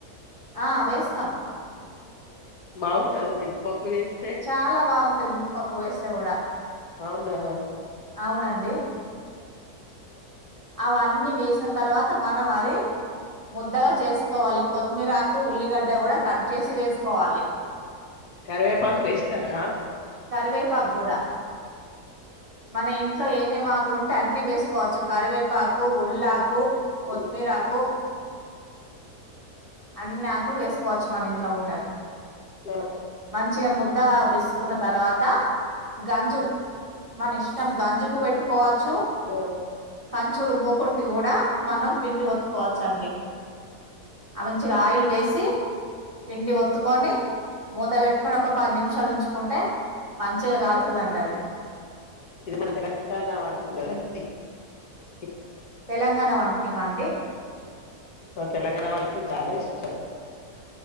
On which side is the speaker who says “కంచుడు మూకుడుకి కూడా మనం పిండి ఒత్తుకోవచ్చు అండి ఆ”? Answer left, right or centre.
Right